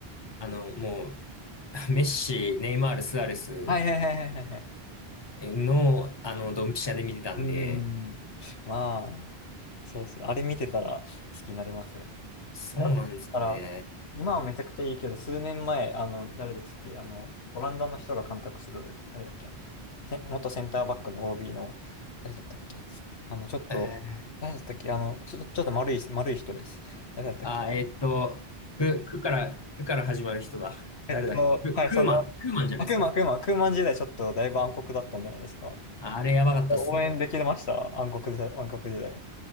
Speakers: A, on the left; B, on the left.
A: あの、もう、<laughs> メッシ、ネイマール、スアレス
B: はいはいはいはいはいはい。
A: の、あの、ドンピシャで見てたんで、
B: うんまあ、そうっす。あれ見てたら好きになれますよね。
A: そうなんですね。
B: だったら、今はめちゃくちゃいいけど、数年前、あの、誰ですっけ、あの、オランダの人が監督してた時、誰だっけ、あの人。せ元センターバックの OB の、誰だったっけ。あの、ちょっと、
A: えー
B: 誰だったっけ、あの、ちょっと、ちょっと丸い、丸い人です。誰だったっけ。
A: あ、えーっと、く、くから、くから始まる人だ。
B: えっと、
A: 誰だっけく、
B: はい、
A: クーマン、
B: そんな、
A: クーマンじゃないですか。
B: あ、クーマン、クーマン、クーマン時代ちょっとだいぶ暗黒だったんじゃないですか。
A: あれやばかったっすね。
B: 応援できてました暗黒時代、暗黒時代。